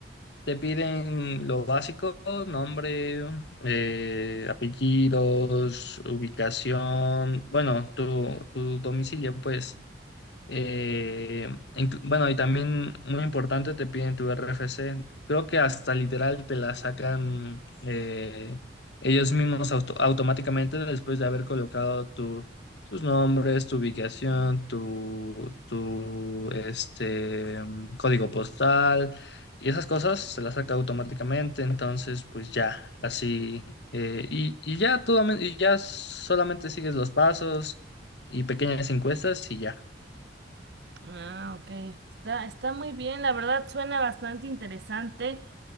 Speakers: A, on the left; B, on the right.
A: te piden lo básico, nombre, eh, apellidos, ubicación, bueno, tu, tu domicilio, pues. Eh, inclu- bueno, y también muy importante, te piden tu RFC. Creo que hasta literal te la sacan eh, ellos mismos auto- automáticamente después de haber colocado tu, tus nombres, tu ubicación, tu, tu este, mm, código postal y esas cosas se las saca automáticamente. Entonces, pues ya, así. eh, y, y ya, todo, y ya solamente sigues los pasos y pequeñas encuestas y ya.
B: Ah, ok. Está, está muy bien, la verdad suena bastante interesante.